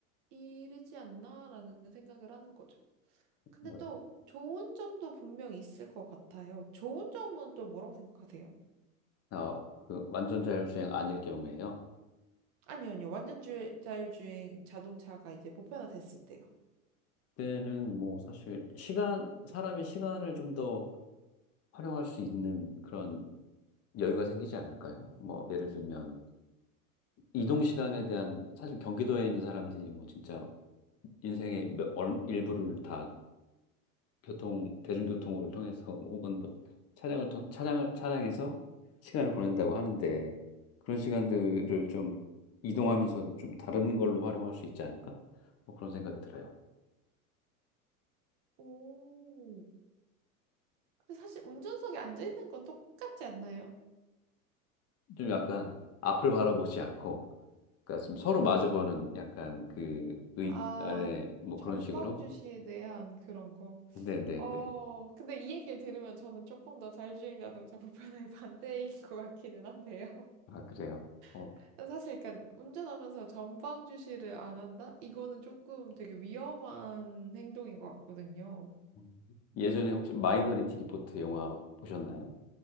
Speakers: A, on the right; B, on the left.
A: 이르지 않나라는 생각을 하는 거죠. 근데
B: 뭐,
A: 또 좋은 점도 분명 있을 것 같아요. 좋은 점은 또 뭐라고 생각하세요?
B: 아, 그 완전 자율주행 아닐 경우에요.
A: 아니요, 아니요. 완전 주, 자율주행 자동차가 이제 보편화됐을 때요.
B: 때는 뭐 사실 시간, 사람이 시간을 좀 더 활용할 수 있는 그런 여유가 생기지 않을까요? 뭐 예를 들면 이동 시간에 대한 사실 경기도에 있는 사람들이 뭐 진짜 인생의 몇, 얼- 일부를 다 교통, 대중교통을 통해서 <laughs> 혹은 뭐 차량을 통, 차량을, 차량에서 시간을 보낸다고 하는데 그런 시간들을 좀 이동하면서도 좀 다른 걸로 활용할 수 있지 않을까? 뭐 그런 생각이 들어요.
A: 오. 근데 사실 운전석에 앉아 있는 건 똑같지 않나요?
B: 좀 약간 앞을 바라보지 않고 그러니까 좀 서로 마주보는 약간 그 의,
A: 아,
B: 아, 네, 뭐
A: 전방
B: 그런 식으로?
A: 주시에 대한 그런 거.
B: 네네네.
A: 어, 근데 이 얘기를 들으면 저는 조금 더 자율주행 자동차 보편화의 <laughs> 반대인 것 같기는 한데요.
B: 아, 그래요. 어.
A: <laughs> 사실 그러니까 운전하면서 전방 주시를 안 한다? 이거는 조금 되게 위험한 행동인 것 같거든요.
B: 음. 예전에 혹시 마이너리티 리포트 영화 보셨나요?